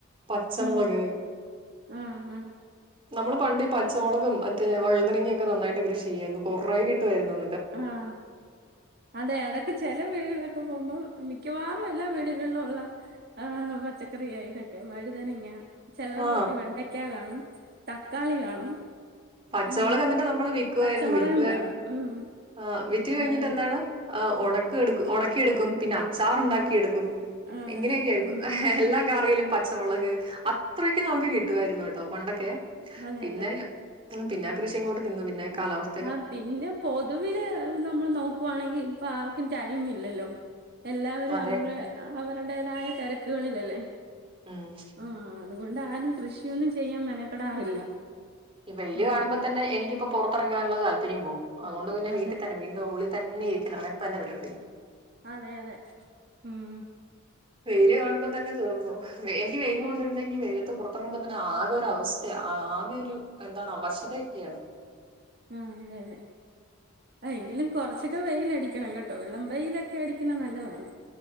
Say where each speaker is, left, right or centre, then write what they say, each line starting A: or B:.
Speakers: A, on the right; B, on the right.
A: പച്ചമുളക്.
B: ഉം ആഹ് ആഹ്
A: നമ്മൾ പണ്ട് ഈ പച്ചമുളകും മറ്റേ വഴുതനങ്ങ ഒക്കെ നന്നായിട്ട് കൃഷി ചെയ്യായിരുന്നു കൊറേ ഇട്ട് വരുന്നു-
B: ആഹ. അതെ അതൊക്കെ ചെല വീടുകളിലൊക്കെ പോകുമ്പോൾ മിക്കവാറും എല്ലാ വീടുകളിലും ഉള്ള ആ, പച്ചക്കറിയാ ഇതൊക്കെ വഴുതനങ്ങ വിലവരടെ
A: ആ
B: വീട്ടിൽ വെണ്ടയ്ക്ക കാണും തക്കാളി കാണും.
A: പച്ചമുളക്
B: ഉം
A: എ ന്നിട്ട് നമ്മൾ വിൽക്കുവായിരുന്നു,
B: പച്ചമുളകും
A: വിൽക്കുയിരുന്നു,
B: കാണും ഉം
A: ആ വിറ്റ കഴിഞ്ഞിട്ട്
B: അതെല്ലേ
A: എന്താണ് ആ, ഉണക്ക എടുക്കും, ഉണക്കി എടുക്കും പിന്നെ ചാറുണ്ടാക്കി,
B: ആ
A: എടുക്കും
B: അതെ
A: ഇങ്ങനെയൊക്കെക്കും,
B: ഉം
A: എല്ല കറിയിലും പച്ചമുളക് അത്രൊക്കെ നമുക്ക് കിട്ടുവാ യിരുന്നു കേട്ടോ പണ്ടൊക്കെ
B: അതെ
A: പിന്നെ
B: അതെ
A: ഉം. പിന്നെ കൃഷി അങ്ങോട്ടു നീന്നു പിന്നെ കാലാവസ്ഥ
B: ആഹ, പിന്നെ പൊതുവിൽ നമ്മൾ നോക്കുവാണെങ്കി ഇപ്പൊ ആർക്കും ടൈം ഇല്ലല്ലോ എല്ലാവരും
A: അതെ
B: അവരുടെ, അവരുടേതായ തിരക്കുകളിലല്ലേ.
A: ഉം.
B: ആ, അതുകൊണ്ട് ആരും കൃഷിയൊന്നും ചെയ്യാൻ മെനക്കെടാറില്ല.
A: ഈ, വെയില്
B: ആ
A: കാണുമ്പോ തന്നെ എനിക്കിപ്പോ പുറത്തിറങ്ങാനുള്ള താല്പര്യം, പോവും അതുകൊണ്ടു തന്നെ
B: അതെ
A: വീട്ടിൽ തന്നെ തിന്റെ ഉള്ളി തന്നെരിക്കലാണ് ഇപ്പോ എന്റെ പരിപാടി.
B: അതെ അതെ ഉം.
A: വെയില കാണുമ്പൾ തന്നെ തോന്നു, വെയിൽ കൊണ്ടിട്ടുണ്ടെങ്കിൽ വെയിലത്ത് പുറത്തിറങ്ങുമ്പോ തന്നെ ആകെ ഒര അവസ്ഥ മെ ആകെ, ഒരു എന്താണ് അവശതയൊക്കെയാണ്.
B: ആ അതെ അതെ. ആ, എങ്കിലും കുറച്ചൊക്കെ വെയിൽ അടിക്കണം കേട്ടോ, ഇളം വെയിലൊക്കെ അടിക്കണ നല്ലതാണ്.